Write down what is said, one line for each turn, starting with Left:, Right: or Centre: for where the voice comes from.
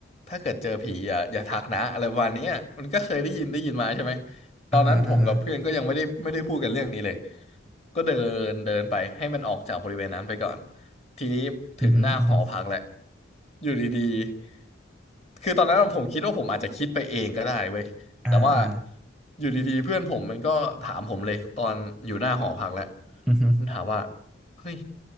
Left: ถ้าเกิดเจอผีอย่าอย่าทักนะอะไรประมาณเนี้ยมันก็เคยได้ยินได้ยินมาใช่ไหม
Centre: อ่าฮะอ่าฮะ
Left: ตอนนั้นผมกับเพื่อนก็ยังไม่ได้ไม่ได้พูดกันเรื่องนี้เลยก็เดินเดินไปให้มันออกจากบริเวณนั้นไปก่อนทีนี้ถึงหน้าหอพักแหละ
Centre: อือฮึอือฮึ
Left: อยู่ดีๆคือตอนนั้นผมคิดว่าผมอาจจะคิดไปเองก็ได้เว้ย
Centre: อ่าอ่า
Left: แต่ว่าอยู่ดีๆเพื่อนผมมันก็ถามผมเลยตอนอยู่หน้าหอพักแหละ
Centre: อือฮึ
Left: มันถามว่าเฮ้ย